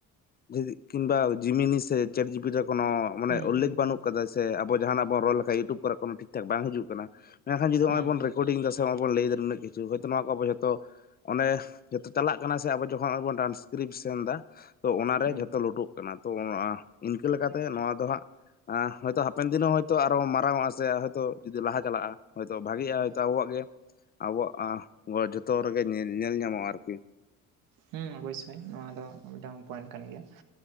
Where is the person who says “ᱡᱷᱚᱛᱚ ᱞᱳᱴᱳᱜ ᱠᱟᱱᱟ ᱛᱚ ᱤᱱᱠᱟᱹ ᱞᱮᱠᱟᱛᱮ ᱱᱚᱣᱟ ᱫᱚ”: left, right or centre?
Left